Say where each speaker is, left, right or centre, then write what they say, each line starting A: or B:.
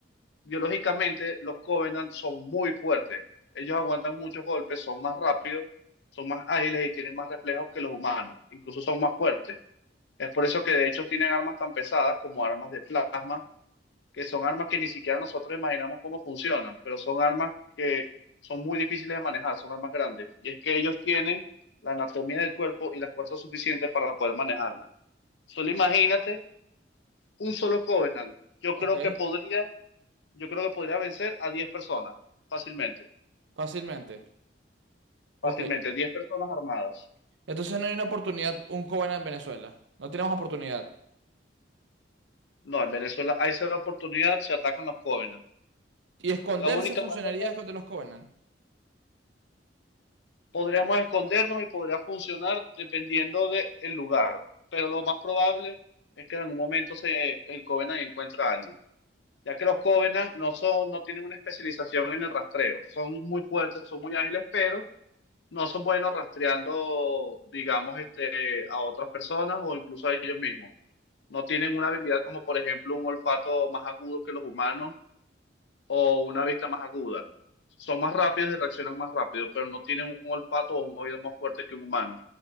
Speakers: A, on the left; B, on the right.
A: biológicamente los Covenant son muy fuertes. Ellos aguantan muchos golpes, son más rápidos, son más ágiles y tienen más reflejos que los humanos. Incluso son más fuertes. Es por eso que de hecho tienen armas tan pesadas como armas de plasma, que son armas que ni siquiera nosotros imaginamos cómo funcionan, pero son armas que son muy difíciles de manejar, son armas grandes. Y es que ellos tienen la anatomía del cuerpo y la fuerza suficiente para poder manejarla. Solo imagínate un solo Covenant. Yo
B: Ok.
A: creo que podría yo creo que podría vencer a 10 personas, fácilmente,
B: Fácilmente.
A: fácilmente,
B: Ok.
A: 10 personas armadas.
B: Entonces no hay una oportunidad, un Covenant en Venezuela. No tenemos oportunidad.
A: No, en Venezuela hay esa oportunidad, se atacan los Covenant.
B: Y esconderse
A: La única
B: funcionaría
A: manera,
B: de los Covenant.
A: podríamos escondernos y podría funcionar dependiendo del lugar, pero lo más probable es que en algún momento se, el Covenant encuentra a alguien, ya que los Covenant no, son, no tienen una especialización en el rastreo, son muy fuertes, son muy ágiles, pero no son buenos rastreando, digamos, este, a otras personas o incluso a ellos mismos. no tienen una habilidad como por ejemplo un olfato más agudo que los humanos o una vista más aguda. Son más rápidos y reaccionan más rápido, pero no tienen un olfato o un oído más fuerte que un humano.